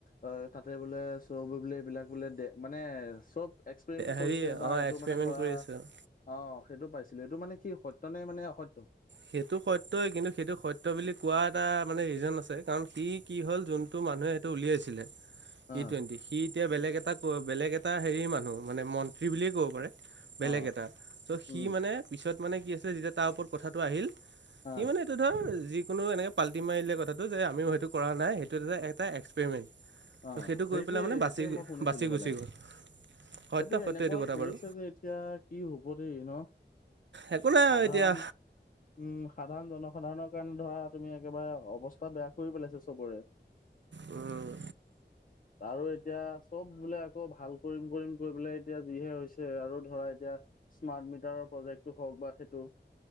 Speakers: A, on the left; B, on the right.
A: অ, তাতে বোলে চব বোলে, এইবিলাক বোলে দে মানে চব এক্সপেৰিমেন
B: হেৰি
A: কৰিছে। বা
B: অঁ
A: এইটো
B: এক্সপেৰিমেণ্ট
A: মানে ধৰা,
B: কৰি আছে অঁ।
A: অ, সেইটো পাইছিলো। এইটো মানে সি সত্য নে মানে অসত্য।
B: সেইটো সত্যই। কিন্তু সেইটো সত্য বুলি কোৱা এটা মানে ৰিজন আছে। কাৰণ সি কি হ'ল যোনটো মানুহে এইটো উলিয়াইছিলে। ই
A: অ
B: টুৱেণ্টি। সি এতিয়া বেলেগ এটা ক' বেলেগ এটা হেৰি মানুহ। মানে মন্ত্ৰী বুলিয়ে ক'ব পাৰে। বেলেগ
A: অ
B: এটা। ত', সি
A: উম
B: মানে, পিছত মানে, কি আছিলে, যেতিয়া তাৰ ওপৰত কথাটো আহিল।
A: অ',
B: সি মানে এইটো ধৰ যিকোনো এনেকে পাল্টি মাৰিলে কথাটো যে, আমি সেইটো কৰা নাই। সেইটো এটা এক্সপেৰিমেণ্ট।
A: অ,
B: ত' সেইটো
A: সেইটোৱেই।
B: কৰি পেলাই মানে বাচি
A: সেইটোৱেই মই শুনিছিলো
B: বাচি গুচি
A: মানে।
B: গ'ল সত্য
A: এইটো
B: সত্য
A: এনেকুৱা
B: কথা
A: কৰিছে
B: বাৰু
A: যে, এতিয়া কি হ'ব দেই ন'।
B: একো নাই
A: সাধাৰণ
B: এতিয়া।
A: উম, সাধাৰণ জনসাধাৰণৰ কাৰণে ধৰা তুমি একেবাৰে অৱস্থা বেয়া কৰি পেলাইছে চবৰে।
B: উম।
A: আৰু এতিয়া চব বোলে, আকৌ ভাল কৰিম কৰিম কৰি পেলাই এতিয়া যিহে হৈছে। আৰু ধৰা এতিয়া স্মাৰ্ট মিটাৰৰ প্ৰজেক্টটো হওঁক বা সেইটো